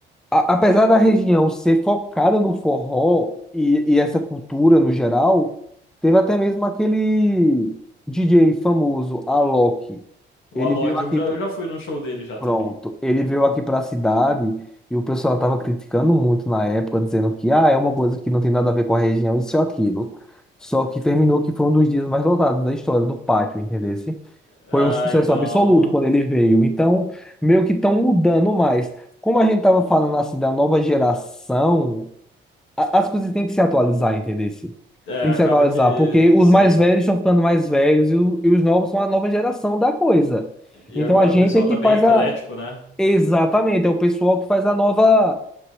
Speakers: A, in the centre; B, on the left (about 75°).
A: a- apesar da região ser focada no forró e, e essa cultura no geral, teve até mesmo aquele DJ famoso, Alok.
B: O
A: Ele
B: Alok,
A: veio aqui,
B: eu já,
A: pro-
B: eu já fui num show dele já
A: pronto,
B: também.
A: ele veio aqui para a cidade e o pessoal estava criticando muito na época, dizendo que ah, é uma coisa que não tem nada a ver com a região, isso ou aquilo. Só que terminou que foi um dos dias mais lotados da história do pátio, entendeu?
B: Ah,
A: Foi um sucesso
B: então.
A: absoluto quando ele veio. Então, meio que estão mudando mais. Como a gente estava falando assim da nova geração, a- as coisas têm que se atualizar, entendeu?
B: É,
A: Tem
B: acaba
A: que se atualizar,
B: que.
A: porque os
B: Sim.
A: mais velhos estão ficando mais velhos e, o- e os novos são a nova geração da coisa.
B: E
A: Então
B: agora
A: a gente
B: o pessoal
A: é que
B: tá bem
A: faz
B: eclético,
A: a.
B: né?
A: Exatamente, é o pessoal que faz a nova,